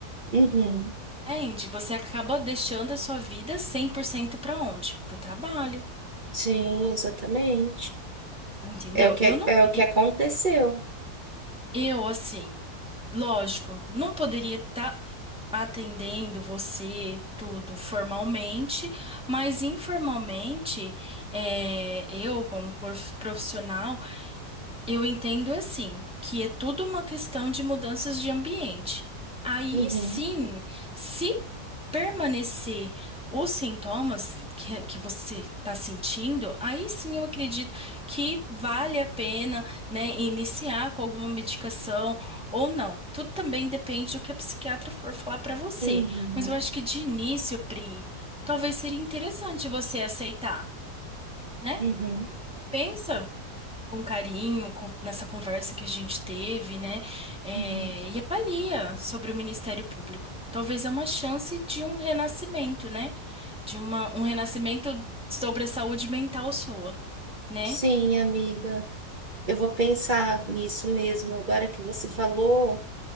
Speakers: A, on the right; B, in the centre.
A: uhum.
B: É, Andy, você acaba deixando a sua vida 100% para onde? Pro trabalho,
A: Sim, exatamente.
B: entendeu?
A: É o que,
B: Eu
A: é
B: não queria.
A: é o que aconteceu.
B: Eu, assim, lógico, não poderia estar atendendo você tudo formalmente, mas informalmente, é, eu, como prof- profissional, Eu entendo assim, que é tudo uma questão de mudanças de ambiente. Aí
A: Uhum,
B: sim, se permanecer os sintomas que, que você está sentindo, aí sim eu acredito que vale a pena, né, iniciar com alguma medicação ou não. Tudo também depende do que a psiquiatra for falar para você.
A: uhum,
B: Mas eu acho que de início, Pri, talvez seria interessante você aceitar, né?
A: uhum,
B: Pensa com carinho, com- nessa conversa que a gente teve, né? É,
A: uhum.
B: e avalia sobre o Ministério Público. Talvez é uma chance de um renascimento, né? De uma, um renascimento sobre a saúde mental sua, né?
A: Sim, amiga, eu vou pensar nisso mesmo. Agora que você falou,